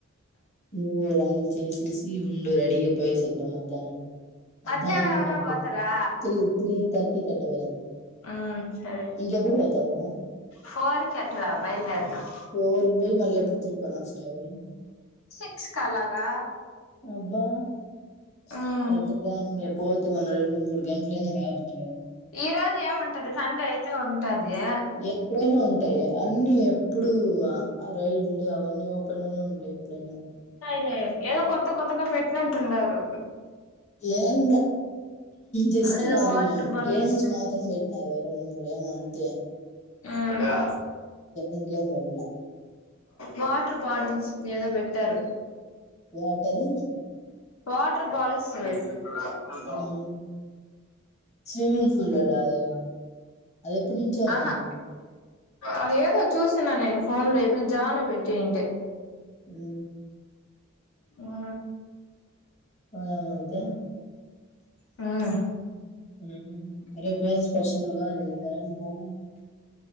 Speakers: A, on the left; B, on the left.
A: నువ్వు కూడా అన్నీ చేసేసి ఉండు రెడీగా పోయేసద్ద్దాం మధ్యాహ్నం మద్యాహ్నం
B: మధ్యాహ్నం ఎవరన్నా
A: కాదు
B: పోతారా
A: త్రీ త్రీ త టిట్వ <unintelligible>
B: మ్ సరే
A: ఇంకెప్పుడు పోతావు
B: ఫోర్ కి అట్లా బయలుదేరదాం
A: కోరు బోయి మళ్ళప్పుడుతిరుకొని వస్తావు
B: సిక్స్ క అలాగా
A: అబ్బా
B: మ్
A: పెద్ద ప్లాని ఎ పో మనోరంని ముడుగాట్లో రావాబదు
B: ఈ రోజు ఏము ఉంటది సండే అయితే ఉంట కుట్టదే
A: ఎప్పుడైనా ఉంటాయి అన్ని ఎప్పుడుూ రైడ్లు అవన్నీ ఓపెన్ లోనే ఉంటాయి డన్
B: లే ఏదో కొత్త కొత్తగా పెట్టినట్టున్నారు
A: ఏం లే జస్ట్
B: ఏదో
A: అవి
B: వాటర్ బల్స్
A: గేమ్స్ మాత్రం పెట్టినారు రెండు మూడెమో అంతే
B: ఆ
A: ఇంకేం పెట్టలే
B: వాటర్ బాటిల్స్ ఏదో పెట్టారు
A: వాటరు
B: వాటర్ బాల్స్ <unintelligible>
A: హ్మ్. స్విమ్మింగ్ పూల్ లాగానే అది ఎప్పటి నుంచి ఉంది
B: ఆహా అదేదో చూసిన నేను ఫోన్ లోపల్ జాను పెట్టింటే
A: హు
B: ఆ
A: పదాలైతే
B: హు
A: హు రేపేంది స్పెషల్ <unintelligible>